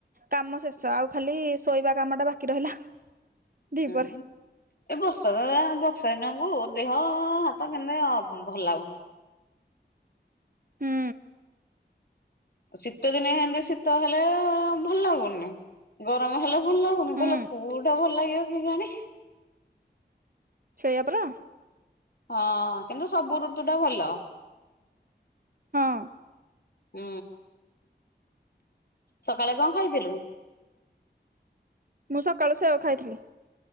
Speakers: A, on the right; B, on the left.
A: କାମ ଶେଷ ଆଉ ଖାଲି ଶୋଇବା କାମ ଟା ବାକି ରହିଲା। ଦିପହରେ।
B: ହୁଁ ଏ ବର୍ଷା ତ ବର୍ଷା ଦିନକୁ ହଁ ହଁ ହାତ କେମତି ଭଲ ଲାଗୁନି।
A: ହୁଁ।
B: ଶୀତ ଦିନେ ହେମତି ଶୀତ ହେଲେ ଭଲ ଲାଗୁନି, ଗରମ ହେଲେ ଭଲ ଲାଗୁନି
A: ହୁଁ
B: ତାହେଲେ କୋଉଟା ଭଲ ଲାଗିବ କେଏତି
A: ସେଇଆ ପରା।
B: ହଁ କିନ୍ତୁ ସବୁ ଋତୁ ଟା ଭଲ।
A: ହଁ।
B: ହୁଁ। ସକାଳେ କଣ ଖାଇଥିଲୁ?
A: ମୁଁ ସକାଳୁ ସେଓ ଖାଇଥିଲି।